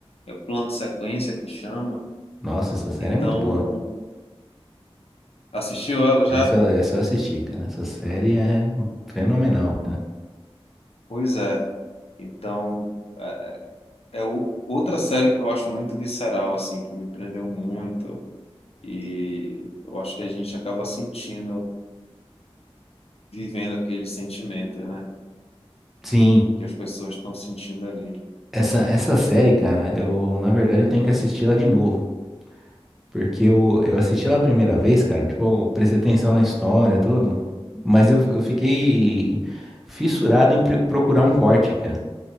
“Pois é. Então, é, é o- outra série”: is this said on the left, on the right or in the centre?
Left